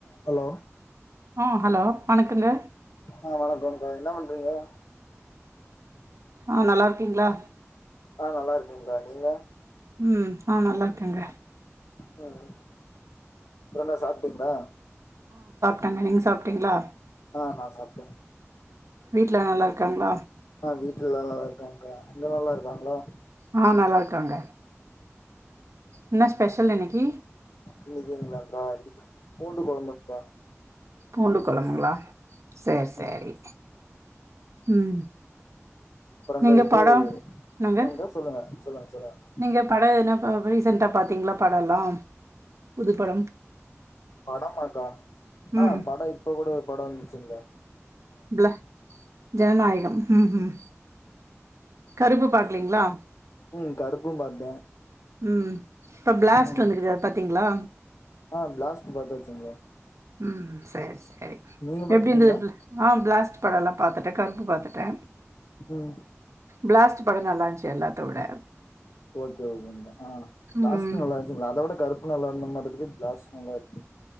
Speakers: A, on the left; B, on the right.
A: Hello
B: ஆ hello வணக்கெங்க
A: ஆ வணக்கோ வணக்கோ என்ன பண்றீங்கோ
B: ஆ நல்லா இருக்கீங்ளா
A: ஆ நல்லா இருக்கேங்க நீங்க
B: உம் ஆ நல்லா இருக்கேங்க
A: உம் அப்றென்ன சாப்ட்டீங்ளா
B: டங்க நீங்க சாப்ட்டீங்ளா
A: ஆ நா சாப்டே
B: டுல நல்லா இருக்காங்ளா
A: ஆ வீட்ல எல்லாரு நல்லா இருக்றாங்க க அங்க நல்லா இருக்காங்களா
B: ஆ நல்லா இருக்காங்க என்ன ஸ்பெஷல் இன்னைக்கி
A: இன்னிக்கிங்கலாக்கா பூண்டு கொழம்பக்கா
B: பூண்டு கொழம்புங்ளா செரி
A: ம்
B: செரி
A: ம்
B: உம்
A: அப்புறம்க்கா
B: நீங்க
A: இது
B: படோ நாங்க
A: என்னங்கா சொல்லுங்க சொல்லுங்க சொல்லுங்க
B: நீங்க படோ என்ன பாவ் ரீசென்டா பாத்தீங்களா படோ எல்லாம் புது படம்
A: படமாங்கா ஆ
B: ம்
A: படோ இப்பகூட படோ வந்துச்சுங்ளே
B: ப்ள ஜனநாயகம் உம் உம் கருப்பு பாக்லீங்ளா
A: உம் கருப்பும் பாத்தே
B: உம் இப்ப பிளாஸ்ட்
A: ம்
B: வந்துறுகுது அத பாத்தீங்ளா
A: ஆ பிளாஸ்ட் <unintelligible>
B: உம் செரி செரி
A: நீங்க பாத்துட்டீங்களா
B: எப்டி இருந்தது பிளா ஆ பிளாஸ்ட் பட எல்லா பாத்த த கருப்பு பாத்துட்டே
A: ம்
B: பிளாஸ்ட் படோ நல்லா இருந்துச்சு எல்லாத்த விட
A: ஓகே ஓகேங்கனா ஆ பிளாஸ்ட்டு
B: ம்
A: நல்லா இருந்துசுல அதவிட கருப்பு நல்லா இருந்த மாதிரி பிளாஸ் நல்லா இரு